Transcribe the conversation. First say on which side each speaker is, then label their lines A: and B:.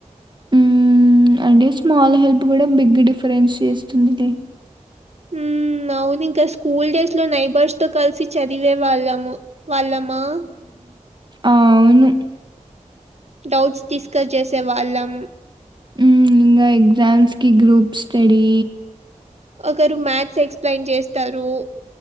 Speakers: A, on the right; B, on the right.
A: హ్మ్. అంటే స్మాల్ హెల్ప్ కూడా బిగ్ డిఫరెన్స్ చేస్తుంది ఇది
B: మ్మ్ అవునింకా స్కూల్ డేస్ లో నైబర్స్ తో కలిసి చదివే వాళ్ళము వాళ్ళము మా
A: ఆవును
B: డౌట్స్ డిస్కస్ చేసే వాళ్ళం
A: మ్మ్ ఇంగ ఎగజామ్స్కి గ్రూప్ స్టడి
B: ఒకరు మ్యాథ్స్ ఎక్స్ప్లెయిన్ చేస్తారు